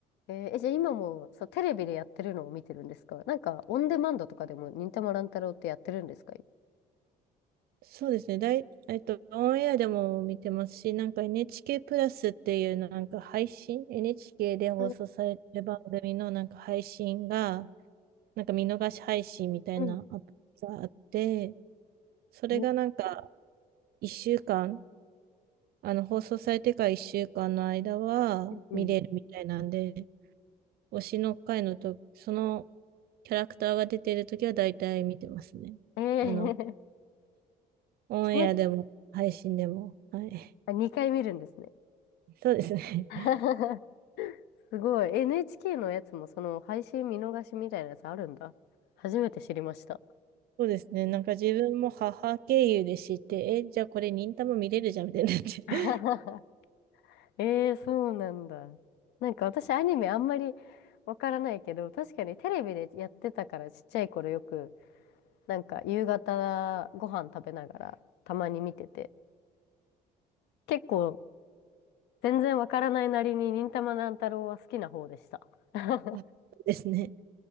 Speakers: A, on the left; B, on the right.
A: えー、じゃあ今もそうテレビでやってるのを見てるんですかなんかオンデマンドとかでも忍たま乱太郎ってやってるんですか
B: そうですね。だい、えっと、オンエアでも見てますし、なんか NHK プラスっていうなんか配信、NHK で放送されてる番組のなんか配信が、
A: うん
B: なんか見逃し配信みたいなアプリがあって、
A: うん
B: それがなんか
A: うん
B: 1週間、あの放送されてから1週間の間は見れるみたいなんで、
A: うん
B: 推しの回のと、そのキャラクターが出てるときは大体見てますね。
A: えー、
B: あの、
A: <laughs>
B: オンエアでも配信でも。
A: その、
B: はい。
A: あ、2回見るんですね。
B: そうですね。
A: <laughs>
B: <laughs>
A: すごい。NHK のやつもその配信見逃しみたいなやつあるんだ。初めて知りました。
B: そうですね。なんか自分も母経由で知って、え、じゃあこれ忍たま見れるじゃんみたいになって。
A: <laughs>
B: <laughs>
A: ええそうなんだ。なんか私アニメあんまりわからないけど、確かにテレビでやってたからちっちゃい頃よく、なんか夕方ご飯食べながらたまに見てて、結構全然わからないなりに忍たま乱太郎は好きな方でした。<laughs>
B: あそうですね。